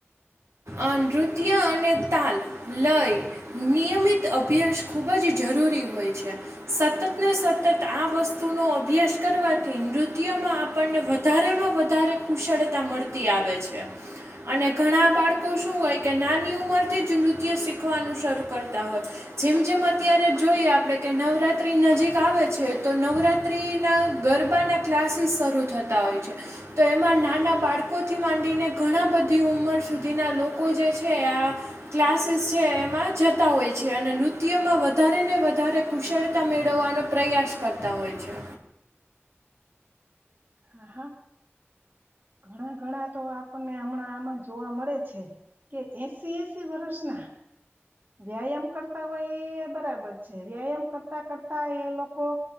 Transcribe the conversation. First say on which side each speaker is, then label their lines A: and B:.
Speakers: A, on the right; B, on the right.
A: અ નૃત્ય અને તાલ લઈ નિયમિત અભ્યાસ ખૂબ જ જરૂરી જરૂરી હોયે છે સતત ને સતત આ વસ્તુનો અભ્યાસ કરવાથી નૃત્યમાં આપણને વધારેમાં વધારે કુશળતા મળતી આવે છે અને ઘણા બાળકો શું હોય કે નાની ઉમરથી જ નૃત્ય શીખવાનું શરૂ કરતા હોય જેમ જેમ અત્યારે જોઈએ આપણે કે નવરાત્રી નજીક આવે છે તો નવરાત્રિના ગરબાના ક્લાસીસ શરૂ થતા હોય છે તો એમાં નાના બાળકોથી માંડીને ઘણા બધી ઉંમર સુધીના લોકો જે છે આ ક્લાસ ક્લાસીસ છે એમાં જતા હોય છે અને નૃત્યમાં વધારે ને વધારે કુશળતા મેળવવાનો પ્રયાસ કરતા હોય છે
B: હા હા ઘણા ઘણા તો આપણને હમણાં આમાં જોવા મળે છે કે એંસી-એંસી વર્ષના વ્યાયામ કરતા હોય એ બરાબર છે વ્યાયામ કરતા કરતા એ લોકો